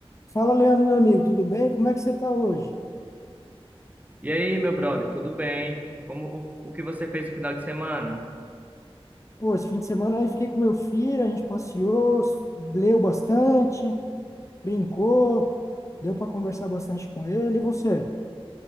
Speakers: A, on the left; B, on the right.
A: Fala, Leandro, meu amigo, tudo bem? Como é que você está hoje?
B: E aí, meu brother, tudo bem? Como o, o que você fez no final de semana?
A: Pô, esse fim de semana aí fiquei com meu filho, a gente passeou, s- leu bastante, brincou, deu para conversar bastante com ele. E você?